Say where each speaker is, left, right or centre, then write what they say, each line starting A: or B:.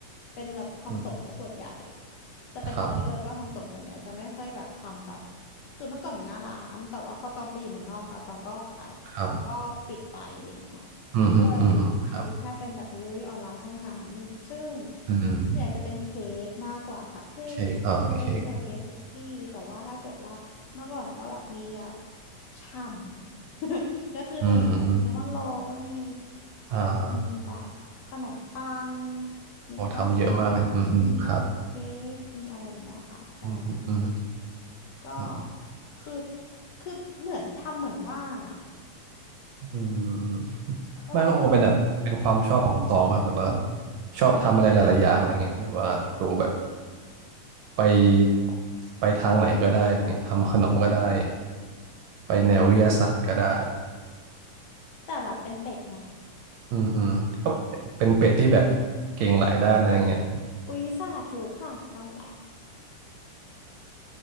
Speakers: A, on the left; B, on the right.
A: เป็นแบบทำส่งซะส่วนใหญ่
B: อืม
A: จะเป็นออเดอร์ก็ทำส่งส่วนใหญ่จะไม่ค่อยแบบทำแบบ
B: ครับ
A: คือเมื่อก่อนมีหน้าร้านแต่ว่าพอตองไปอยู่เมืองนอกอ่ะตองก็ขายตองก็ปิดไปอะไรเงี้ย
B: ครับอืมฮึอืมฮึครับ
A: ก็เลยมีแค่เป็นแบบ delivery ออนไลน์เท่านั้นซึ่ง
B: อืม
A: เวนี่ยจะเป็นเค้กมากกว่าค่ะเค้กชีสเค้กอะไรเงี้ยคุกกี้แต่ว่าถ้าเกิดว่าเมื่อก่อนก็แบบมีแบบ
B: เค้กอ่าเค้ก
A: ฉ่ำ ก็คือจะมีแบบซินนามอนโรลก็มี
B: อืมอืมอ่า
A: มีแบบขนมปังมีครัวซอง
B: โอ้ทำเยอะมากเลยอืมอืมครับ
A: มีเค้กมีอะไรอย่างเงี้ยค่ะใช่
B: อืมฮึอืมฮึ
A: ก็
B: อืม
A: คือคือเหมือนทำเหมือนว่างอ่ะ
B: อืม
A: เออ
B: ไม่ก็คงเป็นแบบเป็นความชอบของคุณตองว่าแบบว่าชอบทำอะไรหลายๆอย่างอะไรเงี้ยแบบว่าตูแบบไปไปทางไหนก็ได้อะไรเงี้ยทำขนมก็ได้ไปแนววิทยาศาสตร์ก็ได้
A: แต่แบบเป็นเป็ดไง
B: อืมอืมก็เป็นเป็ดที่แบบเก่งหลายด้านอะไรเงี้ย
A: <laughs> อุ๊ยสาธุค่ะเอาละ